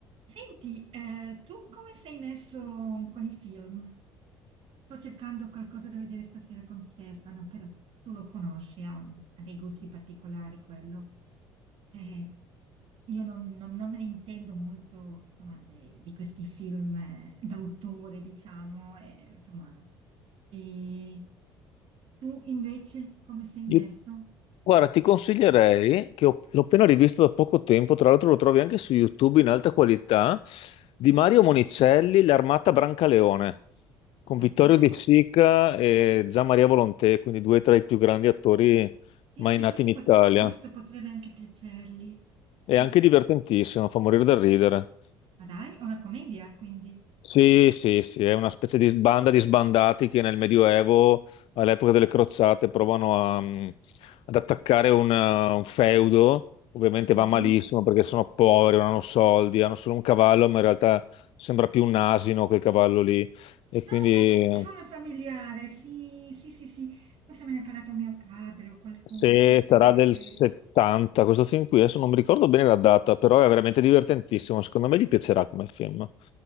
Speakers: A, on the right (about 55°); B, on the left (about 55°).
A: Senti, eh, tu come sei messo con i film? Sto cercando qualcosa da vedere stasera con Stefano, però tu lo conosci, ha, ha dei gusti particolari quello. Eh, io non, non- non me ne intendo molto, insomma, de- di questi film eh, d'autore, diciamo, eh, insomma. E tu invece come sei
B: Io-
A: messo?
B: Guarda, ti consiglierei, che ho- l'ho appena rivisto da poco tempo, tra l'altro lo trovi anche su YouTube in alta qualità, di Mario Monicelli, L'Armata Brancaleone, con Vittorio
A: Dai,
B: De Sica e Gian Maria Volonté, quindi due tra i più grandi attori
A: eh
B: mai
A: sì,
B: nati
A: questo,
B: in Italia.
A: potre- questo potrebbe anche piacergli. Sì, sì.
B: È anche divertentissimo, fa morire da ridere.
A: Ma dai, è una commedia quindi?
B: Sì, sì, sì, è una specie di banda di sbandati che nel Medioevo, all'epoca delle crociate, provano a, mm, ad attaccare un, eh, un feudo. Ovviamente
A: Sì?
B: va malissimo perché sono poveri, non hanno soldi, hanno solo un cavallo, ma in realtà sembra più un asino quel cavallo lì. E
A: Ah,
B: quindi
A: sai che mi
B: eh,
A: suona familiare, sì, sì, sì, sì. Forse me ne ha parlato mio padre o qualcuno,
B: se
A: sì, sì,
B: sarà del
A: sì.
B: 70, questo film qui, adesso non mi ricordo bene la data, però è veramente divertentissimo. Secondo me gli piacerà come film.